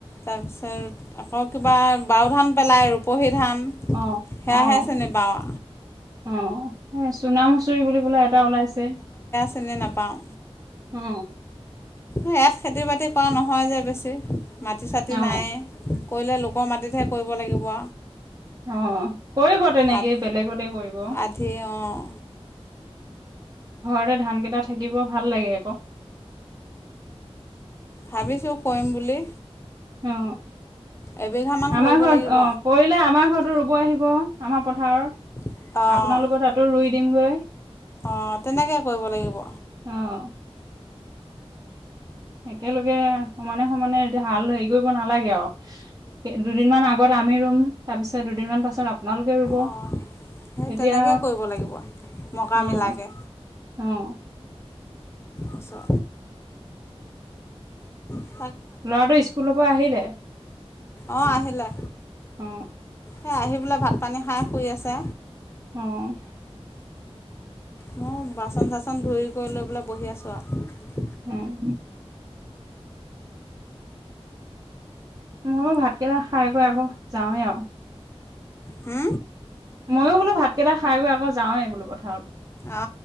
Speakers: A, on the left; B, on the right.
A: তাৰপিছত আকৌ কিবা বাও ধান পেলাই ৰূপহী ধান
B: আহ
A: সেয়াহে
B: আহ
A: চিনি পাওঁ
B: আহ। এ চুনা মচুৰি বিবোলে এটা ওলাইছে!
A: চনে নাপাওঁ।
B: অ।
A: ইয়াত খেতি বাতি কৰা নহয় যে বেছি মাটি চাটি
B: অ
A: নাই কৰিলে লোকৰ মাটিতহে কৰিব লাগিব।
B: অঁ কৰিব তেনেকে
A: আৰু
B: বেলেগতে কৰিব ঘৰতে
A: আধি অঁ
B: ধান কেইটা থাকিব ভাল লাগে আকৌ।
A: ভাবিছোঁ কৰিম বুলি
B: অ
A: এবিঘামান
B: আমাৰ
A: কৰিব
B: ঘৰত
A: লাগিব
B: অ কৰিলে আমাৰ ঘৰতো ৰুব আহিব আমাৰ পথাৰত
A: অঁ
B: আপোনালোক তাতো ৰুই দিমগৈ।
A: অঁ তেনেকে কৰিব লাগিব।
B: অ একেলগে সমানে সমানে এতিয়া হাল হেৰি কৰিব নালাগে আৱ দুদিন মান আগত আমি ৰুম তাৰপিছত দুদিনমান পাছত আপোনালোকে ৰুব
A: অঁ সেই
B: তেতিয়া
A: তেনেকৈয়ে কৰিব লাগিব মকা
B: অঁ
A: মিলাকৈ
B: অঁ!
A: আছা হয় <inaudible>
B: ল'ৰাটো স্কুলৰ পৰা আহিলে?
A: অ আহিলে
B: অ
A: এ আহিব। বোলে ভাত পানী খাই শুই আছে
B: অ-
A: মও বাচন চাচন ধুই কৰি লৈ পেলাই বহি আছো আৱ
B: উম ময়ো ভাতকেইটা খাই কৈ আকৌ যাওঁৱে আৱ
A: হো
B: ময়ো বোলো ভাত কেইটা খাই কৈ আকৌ যাৱো বোলো পথাৰলে
A: অ